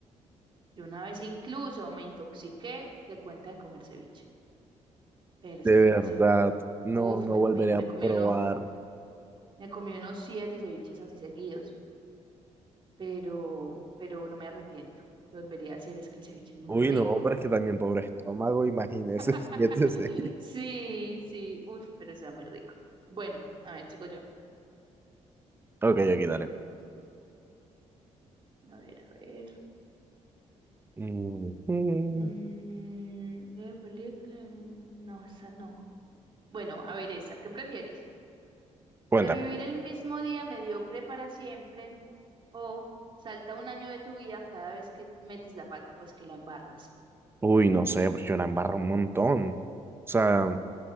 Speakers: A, on the right; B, on the right.
A: Yo una vez incluso me intoxiqué de cuenta de comer ceviche, pero es
B: De
A: que
B: verdad,
A: es demasiado rico.
B: no,
A: Uf,
B: no
A: me
B: volveré
A: comí, me
B: a probar.
A: comí uno, me comí unos siete ceviches así seguidos, pero, pero no me arrepiento. Lo volvería a hacer, es que el ceviche es muy
B: Uy,
A: rico.
B: no, pero es que también pobre estómago, imagínese,
A: <laughs>
B: <laughs> siete seis
A: Sí, sí, uf, pero está muy rico. Bueno, a ver, sigo yo.
B: Ok, aquí dale.
A: A ver, a ver.
B: Mm, mm,
A: Mm, eh, película, No, esa no. Bueno, a ver, esa, ¿qué prefieres?
B: Cuenta.
A: Revivir el mismo día mediocre para siempre o salta un año de tu vida cada vez que metes la pata, pues que la embarras.
B: Uy, no sé, pues yo la embarro un montón. O sea,